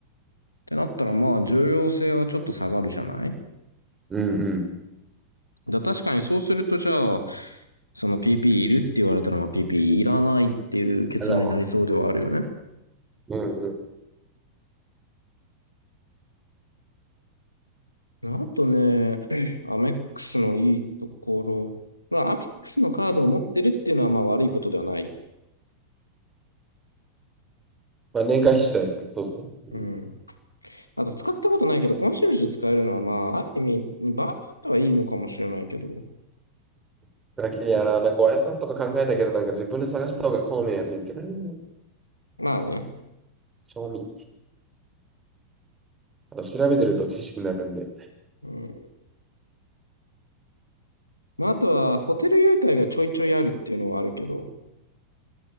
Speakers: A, on the left; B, on the right.
A: てなったら、まあ、重要性はちょっと下がるじゃない
B: うんうん。
A: だ確かにそうすると、じゃあ、その PP いるって言われたら、まあ、PP いらないっていう結論になりそうではあるよね。
B: あらうんうん。
A: あとね、<clears throat> アメックスのいいところ。まあ、アメックスのカードを持ってるっていうのは、まあ、悪いことではない。
B: まあ年会費次第ですけど、そうですね。うん
A: うん。あと、使ったことないけど、コンシェルジュ使えるのは、まあ、ある意味、バーってはいいのかもしれないけど。
B: さっいやー、なんかおやつさんとか考えたけど、なんか自分で探した方が好みのやつ見つけられる。
A: まあね。
B: 賞味。あの調べてると知識になるんで。
A: うん。まあ、あとは、ホテル優待がちょいちょいあるっていうのはあるけど、